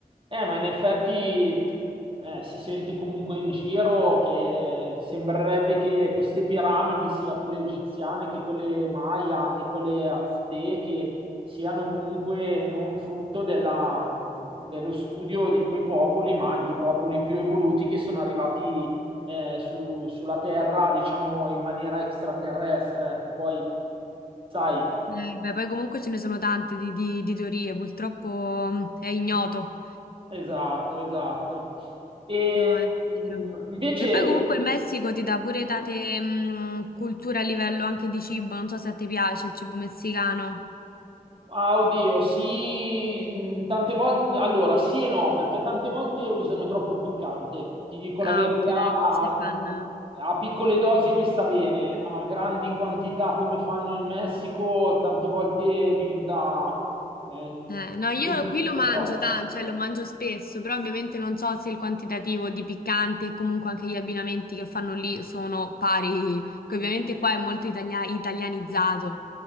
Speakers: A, on the right; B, on the left.
A: Eh, ma in effetti eh, si sente comunque in giro che sembrerebbe che queste piramidi, sia quelle egiziane che quelle maya, che quelle azteche, siano comunque non frutto della, dello studio di quei popoli, ma di popoli più evoluti che sono arrivati eh, su- sulla Terra, diciamo in maniera extraterrestre, ecco, poi sai,
B: Eh, beh, poi comunque ce ne sono tante di, di- di teorie, purtroppo mm, è ignoto.
A: esatto, esatto. E
B: No, è
A: mh,
B: vero.
A: invece,
B: E poi comunque il Messico ti dà pure tante mm, culture a livello anche di cibo, non so se a te piace il cibo messicano.
A: ah, oddio, sì, mh, tante volte, allora sì e no, perché tante volte usano troppo il piccante, ti dico
B: Ah,
A: la verità,
B: ok, non
A: a,
B: sei fan.
A: a piccole dosi mi sta bene, a grandi quantità come fanno in Messico, tante volte diventa, eh,
B: Eh, no, io
A: diventa
B: qui
A: forse
B: lo mangio,
A: troppo,
B: ta- cioè lo mangio spesso, però ovviamente non so se il quantitativo di piccante e comunque anche gli abbinamenti che fanno lì sono pari, che ovviamente qua è molto itania- italianizzato,